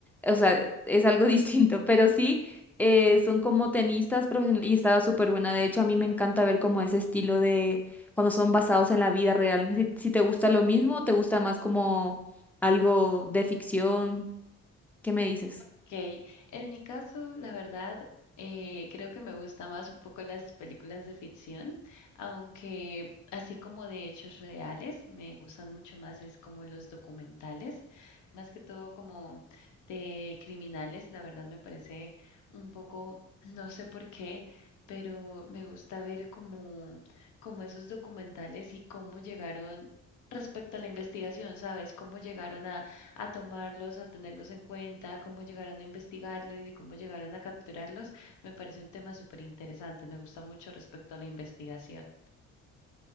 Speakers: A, in the centre; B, on the left (about 75°).
A: O sea, es algo <laughs> distinto, pero sí. eh, son como tenistas profesionales y estaba súper buena. De hecho, a mí me encanta ver como ese estilo de cuando son basados en la vida real. No sé Si, si te gusta lo mismo o te gusta más como algo de ficción, ¿qué me dices?
B: Ok, en mi caso, la verdad, eh, creo que me gusta más un poco las películas de ficción, aunque así como de hechos reales, me gustan mucho más es como los documentales, más que todo como de criminales, la verdad me parece un poco, no sé por qué, pero me gusta ver como, como esos documentales y cómo llegaron respecto a la investigación, ¿sabes? Cómo llegaron a a tomarlos, a tenerlos en cuenta, cómo llegaron a investigarlos y cómo llegaron a capturarlos, me parece un tema súper interesante. Me gusta mucho respecto a la investigación.